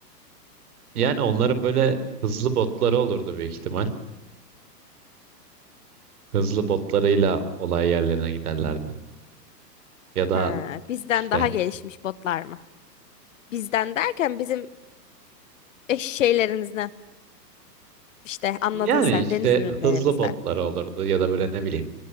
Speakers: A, on the right; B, on the left.
A: Yani onların böyle hızlı botları olurdu büyük ihtimal. Hızlı botlarıyla olay yerlerine giderlerdi. Ya da
B: Ha, bizden
A: işte
B: daha gelişmiş botlar mı? Bizden derken bizim eş şeylerimizden işte anladın
A: yani
B: sen
A: işte
B: deniz ürünlerimizden.
A: hızlı botları olurdu ya da böyle ne bileyim